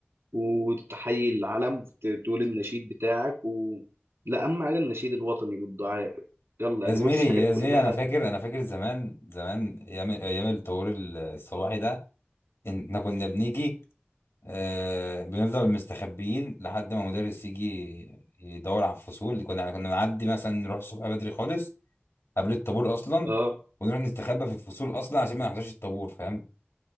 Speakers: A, on the right; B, on the left.
A: وتحيي العلم ت- تقول النشيد بتاعك و... لا اهم حاجه النشيد الوطني والدعاء يلا
B: يا
A: يعني
B: زميلي
A: بص حاجات
B: يا
A: كلها
B: زميلي انا فاكر انا فاكر زمان زمان ايام ايام الطابور الصباحي ده ان- احنا كنا بنيجي آه، بنفضل مستخبيين لحد ما مدرس يجي يدور على الفصول اللي كنا يعني كنا نعدي مثلا نروح الصبح بدري خالص قبل الطابور اصلا
A: اه
B: ونروح نستخبى في الفصول اصلا عشان ما نحضرش الطابور فاهم